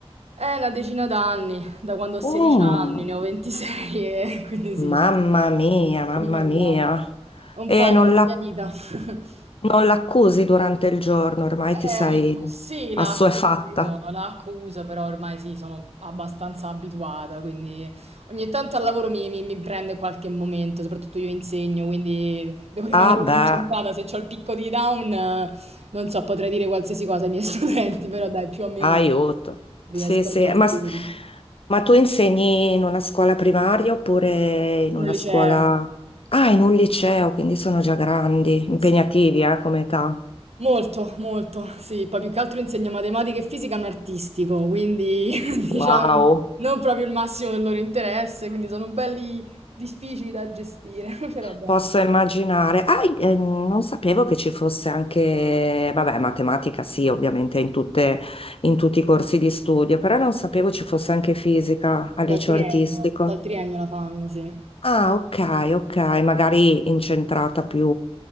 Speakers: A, on the right; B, on the left.
A: È una decina d'anni, da quando ho 16
B: Mm,
A: anni, ne ho 26 e <laughs> quindi sì,
B: mamma mia, mamma
A: quindi ormai
B: mia.
A: è un
B: E
A: po' è la
B: non la-
A: mia vita. <laughs>
B: non l'accusi durante il giorno, ormai ti
A: Eh,
B: sei
A: sì, l'accuso,
B: assuefatta.
A: l'accuso, però ormai sì, sono abbastanza abituata, quindi ogni tanto al lavoro mi, mi- mi prende qualche momento, soprattutto io insegno, quindi devo rimanere
B: Ah beh.
A: concentrata, se ho il picco di down, eh, non so, potrei dire qualsiasi cosa ai miei <laughs> studenti, però dai, più o meno
B: Aiuto.
A: riesco
B: Sì, sì,
A: a gestirlo.
B: ma, s- ma tu insegni in una scuola primaria oppure in
A: In
B: una
A: un liceo,
B: scuola... Ah, in un liceo, quindi sono già grandi, impegnativi,
A: sì.
B: eh, come età.
A: Molto, molto, sì, poi più che altro insegna matematica e fisica a un artistico, quindi <laughs> diciamo
B: Wow.
A: non proprio il massimo del loro interesse, quindi sono belli difficili da gestire, <laughs> però dai.
B: Posso immaginare. Ah, ehm, non sapevo che ci fosse anche, vabbè, matematica sì, ovviamente in tutte- in tutti i corsi di studio, però non sapevo ci fosse anche fisica al liceo
A: Dal triennio,
B: artistico.
A: dal triennio la fanno, sì.
B: Ah, ok, ok, magari incentrata più